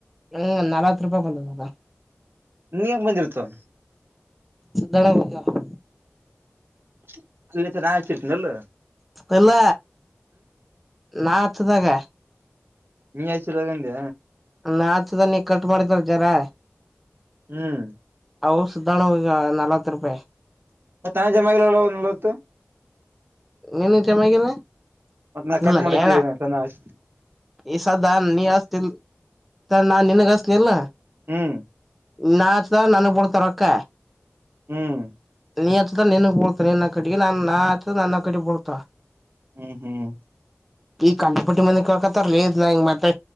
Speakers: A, in the centre; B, on the right (about 55°).
A: ಹ್ಮ್ ನಲತ್ತು ರೂಪಾಯ್ ಬಂದದ ಅದು
B: ನೀ ಹೆಂಗ್ ಬಂದಿರ್ತವ
A: ಸಧಳ. <unintelligible>
B: ಅಲ್ಲ. <unintelligible>
A: ಅಲ್ಲ ನಾ ಹಚ್ಚುದಾಗ.
B: ನೀ ಹಚ್ಚುದಾಗ ಅಂದ.
A: ನ ಹಚ್ಚುದಲ್ ನೀ ಕಟ್ ಮಾಡಿದಲ್. <unintelligible>
B: ಹ್ಮ್.
A: ಅವು ಸಿದ್ದಣ್ಣಗ್ ಹೋಗ್ಯಾವ ನಲ್ವತ್ ರೂಪಾಯಿ.
B: ಮತ್ ನಾ <unintelligible> ಅವು ನಲ್ವತ್ತು.
A: ನಿನಗ್ ಜಮ ಆಗಿಲ್ಲ
B: ಅದ್ನ
A: ಇಲ್ಲಲ್ಲ
B: ಕಟ್ ಮಾಡ್
A: ಹೇಳ
B: ನಾ ಹಚುತ್ನಿ.
A: ಈ ಸಾದಾ ನೀ ಹಚ್ತಿಲ್ ನಾ ನಿನುಗ್ ಅಚ್ಚುತ್ ನಿಲ್ಲ.
B: ಹ್ಮ್
A: ನಾ ಹಚ್ದಾಗ್ ನಾನೀಗ್ ಬುಳ್ತವ್ ರೊಕ್ಕ.
B: ಹ್ಮ್.
A: ನೀ ಹಚ್ದಾಗ್ ನಿನಿಗ್ ಬಳ್ತವ್ ನಿನ್ ಅಕೌಂಟ್ಗೆ ನಾ ಹಚ್ದಾಗ್ ನನ್ ಅಕೌಂಟ್ಟಿಗ್ ಬಿಳ್ತಾವ.
B: ಹ್ಮ್ ಹ್ಮ್.
A: ಈ <unintelligible> ಹಕತ್ತರ್ ಲೇ ಇದ್ನ ಮತ್ತೆ